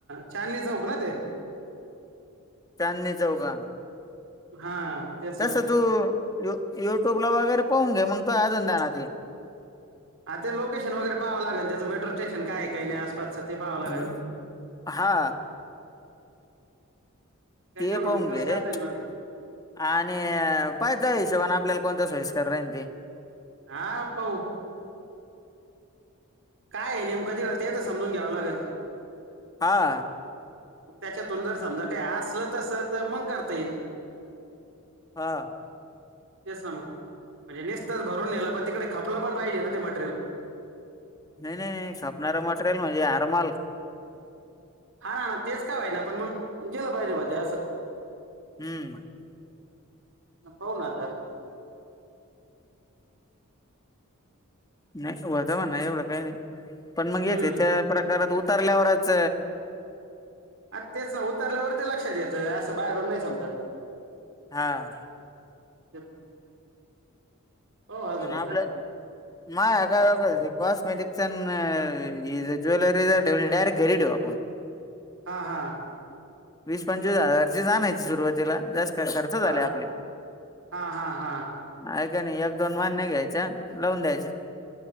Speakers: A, on the right; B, on the left.
A: चांदणी चौक ना ते,
B: चांदनी चौक हा.
A: हा तेच
B: तस
A: ना
B: तू यु युट्यूब ला वगैरे, पाहून घे मग तूया अजून ध्यानात येईल.
A: ह ते लोकेशन वगैरे पावं लागेल त्याच मेट्रो स्टेशन काय का नाही आसपासच. ते पाव लागल.
B: हम्म. हा
A: त्याच्यावरून
B: ते पाहुन
A: मग तसं
B: घे.
A: जाता येईल मला
B: आणि पाहि त्यो हिशोबाने आपल्याला कोणत्या सोईस्कर राहिल ते.
A: हा पाहू काय नेमक तिकड तेय तर समजून घ्यावं लागेल.
B: हा
A: त्याच्यातून जर समजा काही असल तस तर मग करता येईल.
B: हा
A: तेच ना मग म्हणजे नसतच भरून नेलं पण तिकडे, खपलं पण पाहिजे ना ते मटरेयल.
B: नाही नाही नाही खापणारं मटेरियल म्हणजे आरमाल.
A: हा नाना तेच काय वाहि ना पण, मग गेलं पाहिजे ब ते असं.
B: हम्म
A: पाहु ना आता
B: नाशिबत आहे म्हणा एवढं काही नाही पण मग
A: हम्म
B: हे जे का त्या प्रकारात उतारल्यावरच
A: आ तेच ना उतरल्यावर ते लक्षात येत असं बाहेरून नाही समजत.
B: हा
A: <unintelligible> हो अजून
B: आणि आपलं,
A: आता
B: मा ह्या काय डोक्यात कॉस्मेटिक्सच आणि ज्वेलरीच डायरेक्ट घरी ठेऊ आपण.
A: हा हा
B: वीस पंचवीस हजार ची आणायची सुरुवातीला जास्त खर्च झालं.
A: हा
B: आपले
A: हा हा हा
B: ऐकाय नाही एक दोन मान्य घ्यायच्या लावून द्यायच्या